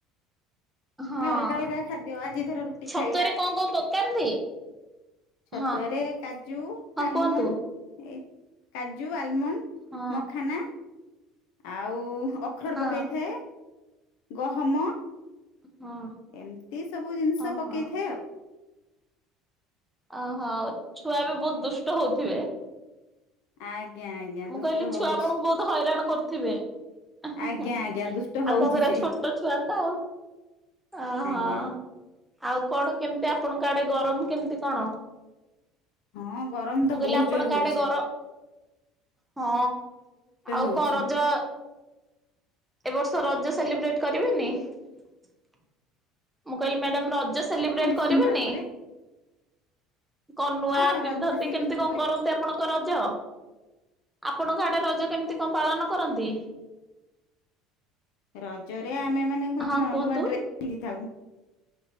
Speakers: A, in the centre; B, on the left (about 70°).
A: ହଁ
B: ଅଲଗା ଅଲଗା ଖାଦ୍ୟ ଆଜି ଥର ରୁଟି
A: ଛତୁଆରେ
B: ଖାଇଲା
A: କଣ କଣ ପକାନ୍ତି?
B: ଛତୁଆରେ
A: ହଁ
B: କାଜୁ
A: ହଁ
B: ଆଲମଣ୍ଡ
A: କୁହନ୍ତୁ
B: ଏ କାଜୁ ଆଲମଣ୍ଡ
A: ହଁ
B: ମଖାନା। ଆଉ ଅଖରଡ଼
A: ହଁ
B: ପକେଇଥାଏ। ଗହମ।
A: ହଁ
B: ଏମତି ସବୁ ଜିନିଷ
A: ଓହୋ।
B: ପକେଇଥାଏ ଆଉ।
A: ଅହୋ ଛୁଆ ବି ବହୁତ ଦୁଷ୍ଟ ହଉଥିବେ।
B: ଆଜ୍ଞା ଆଜ୍ଞା
A: ମୁଁ
B: ଦୁଷ୍ଟ
A: କହିଲି ଛୁଆ
B: ହଉଛି
A: ଆପଣଙ୍କୁ ବହୁତ ହଇରାଣ କରିଥିବେ। ଆଉ
B: ଆଜ୍ଞା ଆଜ୍ଞା ଦୁଷ୍ଟ ହଉଛି
A: କଣକରିବା
B: ସିଏ
A: ଛୋଟ ଛୁଆ ତ ଆଉ ଓହୋ
B: ଆଜ୍ଞା।
A: ଆଉ କଣ କେମିତି ଆପଣଙ୍କ ଆଡେ ଗରମ କେମିତି କଣ।
B: ହଁ ଗରମ
A: ମୁଁ
B: ତ
A: କହିଲି
B: ବହୁତ୍
A: ଆପଣଙ୍କ
B: ଜୋର ହଉଚି।
A: ଆଡେ ଗର ହଁ ଆଉ
B: ହଉଛି
A: କଣ ରଜ ଏ ବର୍ଷ ରଜ ସେଲିବ୍ରେଟ୍ କରିବେନି ମୁଁ କହିଲି ମ୍ୟାଡ଼ାମ ରଜ ସେଲିବ୍ରେଟ
B: ହଁ ନିଶ୍ଚିନ୍ତ
A: କରିବେନି।
B: ଭାବରେ
A: କନୁଆ
B: ହଁ
A: ପିନ୍ଧନ୍ତି
B: ରଜ ସେଲିବ୍ରେସନ
A: କେମିତି କଣ
B: କରି
A: କରନ୍ତି। ଆପଣଙ୍କ ରଜ। ଆପଣଙ୍କ ଆଡେ ରଜ କେମିତି କଣ ପାଳନ କରନ୍ତି।
B: ରଜରେ ଆମେ ମାନେ କଣ
A: ହଁ କୁହନ୍ତୁ
B: ନୂଆ ଡ୍ରେସ ପିନ୍ଧିଥାଉ।